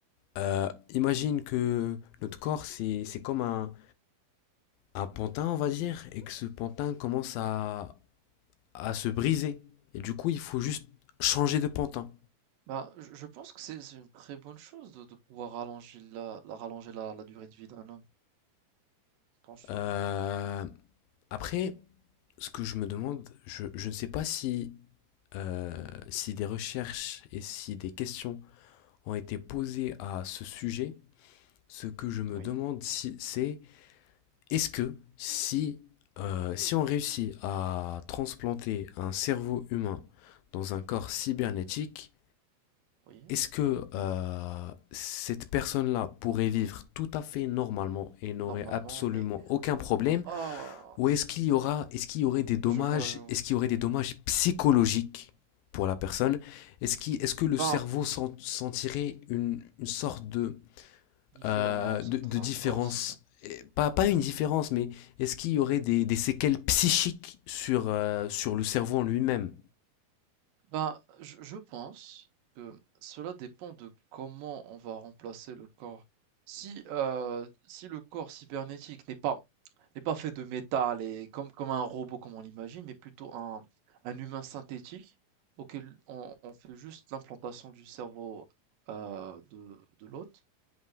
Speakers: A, on the left (about 80°); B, on the right (about 75°).
A: euh, imagine que notre corps, c'est c'est comme un, un pantin, on va dire, et que ce pantin commence à, à se briser. Et du coup, il faut juste changer de pantin.
B: Bah, je je pense que c'est c'est une très bonne chose de, de pouvoir rallonger la, la- rallonger la, la durée de vie d'un homme. Je pense ce
A: Euh,
B: point.
A: après, ce que je me demande, je, je ne sais pas si, euh, si des recherches et si des questions ont été posées à ce sujet. Ce que je me
B: Oui,
A: demande, si, c'est est-ce que si, euh, si on réussit à transplanter un cerveau humain dans un corps cybernétique,
B: oui,
A: Est-ce que euh, cette personne-là pourrait vivre tout à fait normalement et n'aurait
B: normalement,
A: absolument
B: mais
A: aucun problème
B: ah,
A: Ou est-ce qu'il y aura, est-ce qu'il y aurait des dommages,
B: je vois, je vois.
A: est-ce qu'il y aurait des dommages psychologiques pour la personne Est-ce qu'il- est-ce que le
B: Ben,
A: cerveau sentirait une, une sorte de,
B: différence
A: euh, de,
B: entre
A: de
B: un
A: différence
B: corps cyber
A: Eh, pas, pas une différence, mais est-ce qu'il y aurait des, des séquelles psychiques sur, euh, sur le cerveau en lui-même
B: Ben, je, je pense que cela dépend de comment on va remplacer le corps. Si, euh, si le corps cybernétique n'est pas, n'est pas fait de métal et comme, comme un robot comme on l'imagine, mais plutôt un, un humain synthétique auquel on, on fait juste l'implantation du cerveau euh, de, de l'hôte,